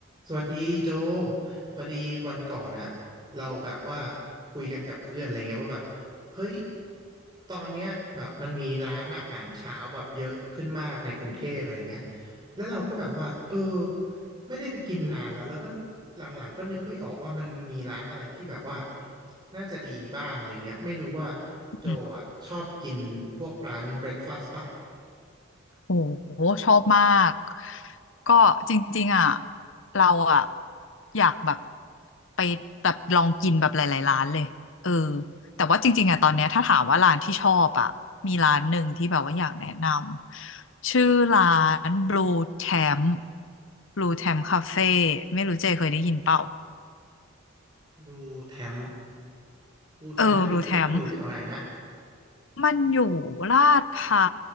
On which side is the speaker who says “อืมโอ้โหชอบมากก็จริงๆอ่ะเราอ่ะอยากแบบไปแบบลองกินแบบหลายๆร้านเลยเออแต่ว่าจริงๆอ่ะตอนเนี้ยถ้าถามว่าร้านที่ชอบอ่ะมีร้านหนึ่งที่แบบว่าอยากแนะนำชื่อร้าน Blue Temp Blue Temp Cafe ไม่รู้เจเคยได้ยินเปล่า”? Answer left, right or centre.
Left